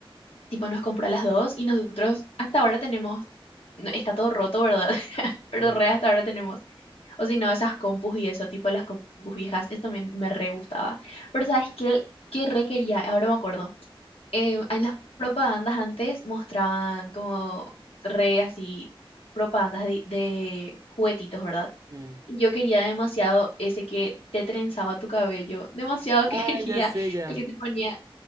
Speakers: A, on the left; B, on the right.
A: tipo nos compró a las dos y nosotros hasta ahora tenemos, no, está todo roto, ¿verdad? <laughs> Pero
B: mm,
A: re hasta ahora tenemos. O si no, esas compus y eso, tipo las compus viejas, eso también me re gustaba. Pero ¿sabes qué? ¿Qué re quería? Ahora me acuerdo eh, en las propagandas antes mostraban como re así propagandas de, de juguetitos, ¿verdad?
B: mm.
A: Y yo quería demasiado ese que te trenzaba tu cabello, demasiado <laughs> quería
B: Ah, ya sé ya.
A: el que te ponía,